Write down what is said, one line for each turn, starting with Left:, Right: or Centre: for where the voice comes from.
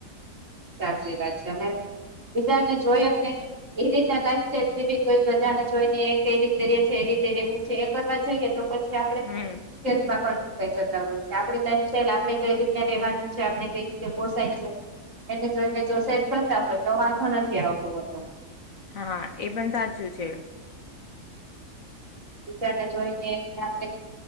Right: સાચી વાત છે અને બીજા ને જોઈને એ રીતે લાઈફ સાઈલ જેી કોઈ બધાને જોઈ ને એ રીતે રે છે એ રીતે રેવું છે એ કરવા જોઈએ તો પછી આપડે
Left: હમ
Right: માં પણ મુકાઈ જતા હોય છે આપ લાઈફ સાઈલ આપણે કઈ રીતે રેવાનું છે આપને કઈ રીતે પોસાય છે. એને જોઈ કે જો સેક કરતા હોય તો વાંધો નથી આવતો હોતો
Left: હા એ પણ સાચું છે.
Right: ટીચરને જોઈ ને એને આપડે